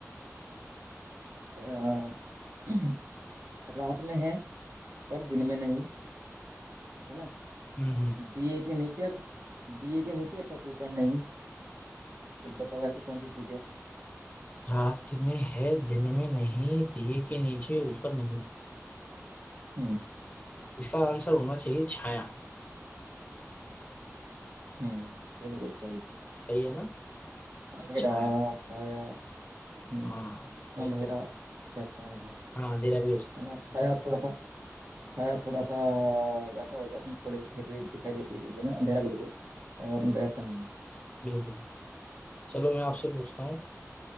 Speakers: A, on the right (about 85°); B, on the left (about 25°).
A: अ, <clears throat> रात में है पर दिन में नहीं है ना
B: हम्म हम्म।
A: दिए के नीचे दिए के नीचे पर ऊपर नहीं तो बताओ ऐसी कौन सी चीज है
B: रात में है दिन में नहीं दिए के नीचे ऊपर नहीं
A: हम्म
B: इसका आंसर होना चाहिए छाया
A: हम्म बिल्कुल सही
B: सही है ना
A: अंधेरा
B: छाया
A: छाया हम्म
B: हाँ बिल्कुल
A: अंधेरा कहते हैं मतलब
B: हाँ अंधेरा भी हो सकता
A: है ना छाया
B: है
A: थोड़ा सा छाया थोड़ा सा वैसा हो गया उसमें थोड़ी सी फिर भी दिखाई देती है चीजें ना अंधेरा बिल्कुल और रहता नहीं है
B: बिल्कुल चलो मैं आपसे पूछता हूँ